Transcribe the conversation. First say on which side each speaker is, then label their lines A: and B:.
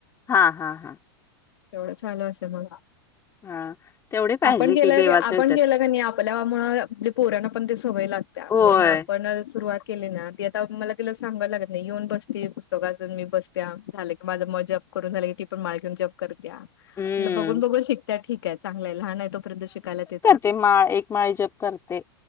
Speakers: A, on the left; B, on the left.
A: हा हा हा
B: तेवढं चालू असेल मग,
A: हा तेवढे पाहिजे
B: आपण केलं
A: कि, देवाच्या
B: की आपण
A: ह्याच्यात
B: केलं का नाही आपल्यामुळं, आपली पोऱ्यांना पण ते सवय लागत्या
A: होय
B: म्हणून आपण सुरुवात, केली ना ती आता मला तिला सांगायला लागत नाही. येऊन बसते पुस्तक वाचत, मी बसत्या झालं की माझ मग जप करून झालं की ती पण माळ घेवून जप कर- त्या म्हणलं
A: हम्म
B: बघून बघून शिकत ठीकाय चांगलंय लहानय तोपर्यत शिकायल्याते,
A: ते माळ, एक माळी जप करते.